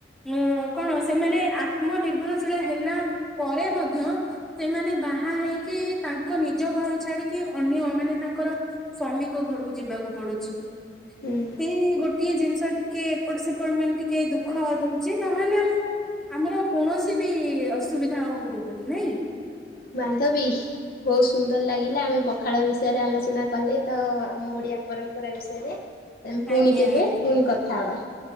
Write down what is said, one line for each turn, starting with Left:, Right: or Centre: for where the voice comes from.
Centre: ଅ କଣ ସେମାନେ ମୋ ନିର୍ଭରଶୀଳ ହେଲା ପରେ ମଧ୍ୟ ସେମାନେ ବାହା ହେଇକି ତାଙ୍କ ନିଜ ଘର ଛାଡିକି ଅନ୍ୟ ମାନେ ତାଙ୍କର ସ୍ଵାମୀଙ୍କ ଘରକୁ ଯିବାକୁ ପଡୁଚି
Left: ହୁଁ
Centre: ସେଇ ଗୋଟିଏ ଜିନିଷ ଟିକେ କିଏ ଏପଟ ସେପଟ ମାନେ ଟିକେ ଦୁଃଖ ଦଉଚି ନହେଲେ ଆଉ ଆମର କୌଣସି ବି ଅସୁବିଧା ଆଉ ରହୁନି ନାଇଁ।
Left: ବାନ୍ଧବୀ। ବହୁତ ସୁନ୍ଦର ଲାଗିଲା ଆମେ ପଖାଳ ବିଷୟରେ ଆଲୋଚନା କଲେ ତ ଆମ ଓଡିଆ ପରମ୍ପରା ବିଷୟରେ। ତେଣୁ ପୁଣି
Centre: ଆଜ୍ଞା
Left: କେବେ
Centre: ଆଜ୍ଞା।
Left: ପୁଣି କଥା ହବା।